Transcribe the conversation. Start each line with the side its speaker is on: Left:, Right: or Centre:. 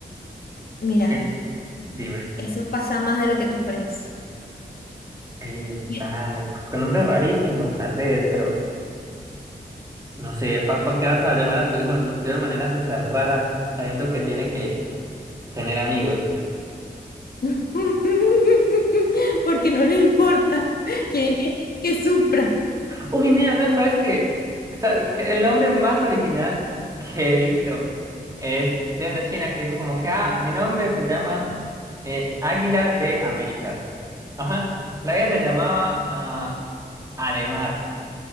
Left: Mira.
Right: Eh, Dime.
Left: Eso pasa más de lo que tú crees.
Right: Eh,
Left: Mira,
Right: tal, con nombres rarísimos, tal vez, pero no sé, ¿para qué vas a llamar a tu hijo no, de una manera súper rara, sabiendo que tiene que tener amigos?
Left: <laughs> Porque no le importa. Quieren que, que sufra.
Right: Uy, mira, no, ¿sabes qué? Sa- que El nombre más original que he visto es de una china que dijo como que, ah, mi nombre se llama eh, Águila de Américas. Ajá, la vida se llamaba ah, Ademar,